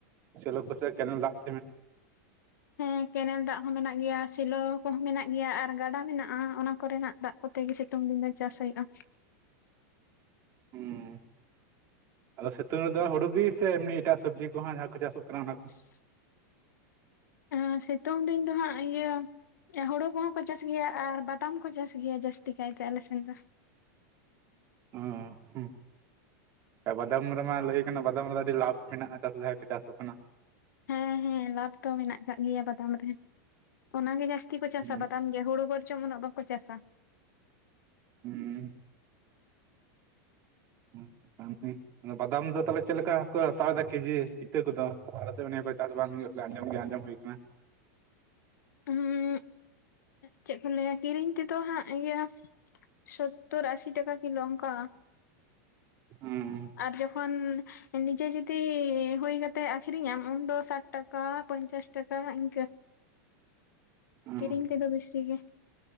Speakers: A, on the right; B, on the left.
A: ᱥᱮᱞᱳ ᱠᱚ ᱥᱮ ᱠᱮᱱᱮᱞ ᱫᱟᱜ ᱾
B: ᱦᱮᱸ ᱠᱮᱱᱮᱞ ᱫᱟᱜ ᱦᱚᱸ ᱢᱮᱱᱟᱜ ᱜᱮᱭᱟ ᱥᱮᱞᱳ ᱠᱚᱦᱚᱸ ᱢᱮᱱᱟᱜ ᱜᱮᱭᱟ ᱟᱨ ᱜᱟᱰᱟ ᱾ ᱢᱮᱱᱟᱜᱼᱟ ᱚᱱᱟ ᱠᱚ ᱨᱮᱱᱟᱜ ᱫᱟᱜ ᱠᱚᱛᱮ ᱜᱮ ᱥᱤᱛᱩᱝ ᱫᱤᱱ ᱫᱚ ᱪᱟᱥ ᱦᱩᱭᱩᱜᱼᱟ ᱾
A: ᱦᱩᱸ ᱟᱫᱚ ᱥᱤᱛᱩᱝ ᱨᱮᱫᱚ ᱦᱩᱲᱩᱜ ᱜᱮ ᱥᱮ ᱮᱢᱱᱤ ᱮᱴᱟᱜ ᱥᱚᱵᱽᱡᱤ ᱠᱚᱦᱚᱸ ᱡᱟᱦᱟᱸ ᱠᱚ ᱪᱟᱥᱚᱜ ᱠᱟᱱᱟ ᱚᱱᱟ ᱠᱚ?
B: <inaudible> ᱮᱸᱻ ᱥᱤᱛᱩᱝ ᱫᱤᱱ ᱫᱚ ᱦᱟᱸᱜ ᱤᱭᱟᱹ ᱾ ᱦᱳᱲᱳ ᱠᱚᱦᱚᱸ ᱠᱚ ᱪᱟᱥ ᱜᱮᱭᱟ ᱟᱨ ᱵᱟᱫᱟᱢ ᱠᱚ ᱪᱟᱥ ᱜᱮᱭᱟ ᱡᱟᱹᱥᱛᱤ ᱠᱟᱭᱛᱮ ᱟᱞᱮ ᱥᱮᱱ ᱫᱚ ᱾
A: ᱚ ᱦᱩᱸ ᱾ ᱵᱟᱫᱟᱢ ᱨᱮᱢᱟ ᱞᱟᱹᱭ ᱟᱠᱟᱱᱟ ᱵᱟᱫᱟᱢ ᱨᱮᱫᱚ ᱟᱹᱰᱤ ᱞᱟᱵᱷ ᱢᱮᱱᱟᱜᱼᱟ ᱪᱟᱥ ᱡᱟᱦᱟᱸᱭ ᱠᱚ ᱪᱟᱥᱚᱜ ᱠᱟᱱᱟ
B: ᱦᱮᱸ ᱦᱮᱸ ᱞᱟᱵᱷ ᱫᱚ ᱢᱮᱱᱟᱜ ᱟᱠᱟᱜ ᱜᱮᱭᱟ ᱵᱟᱫᱟᱢ ᱨᱮ ᱚᱱᱟᱜ ᱜᱮ ᱡᱟᱹᱥᱛᱤ ᱠᱚ ᱪᱟᱥᱟ
A: ᱦᱩᱸ
B: ᱵᱟᱫᱟᱢ ᱦᱩᱲᱩ ᱵᱚᱨ ᱪᱚᱝ ᱩᱱᱟᱹᱜ ᱵᱟᱠᱚ ᱪᱟᱥᱟᱼᱼ
A: ᱦᱩᱸᱻ <unintelligible> ᱵᱟᱫᱟᱢ ᱫᱚ ᱛᱟᱦᱚᱞᱮ ᱪᱮᱫ ᱞᱮᱠᱟ ᱠᱚ ᱦᱟᱛᱟᱣ ᱮᱫᱟ ᱠᱮᱡᱤ? ᱤᱛᱟᱹ ᱠᱚᱫᱚ ᱚᱱᱟ <unintelligible> ᱠᱚᱨᱮ ᱪᱟᱥ ᱵᱟᱝ ᱦᱩᱭᱩᱜ ᱜᱮᱭᱟ ᱟᱸᱡᱚᱢ ᱜᱮ ᱟᱸᱡᱚᱢ ᱦᱩᱭ ᱟᱠᱟᱱᱟ
B: ᱦᱩᱸ ᱪᱮᱫ ᱵᱤᱱ ᱞᱟᱹᱭᱟ ᱠᱤᱨᱤᱧ ᱛᱮᱫᱚ ᱦᱟᱸᱜ ᱤᱭᱟᱹᱼᱼ ᱥᱚᱛᱛᱳᱨ ᱟᱥᱤ ᱴᱟᱠᱟ ᱠᱤᱞᱳ ᱚᱝᱠᱟᱼᱼ
A: ᱦᱩᱸᱻ
B: ᱟᱨ ᱡᱚᱠᱷᱚᱱᱼᱼ ᱱᱤᱡᱮ ᱡᱩᱫᱤ ᱦᱩᱭ ᱠᱟᱛᱮᱫ ᱟᱠᱷᱨᱤᱧᱟᱢ ᱩᱱᱫᱚ ᱥᱟᱴ ᱴᱟᱠᱟ ᱯᱚᱧᱪᱟᱥ ᱴᱟᱠᱟ ᱤᱱᱠᱟᱹ
A: <inaudible> ᱦᱩᱸ
B: ᱠᱤᱨᱤᱧ ᱛᱮ ᱫᱚ ᱵᱮᱥᱤ ᱜᱮᱼᱼ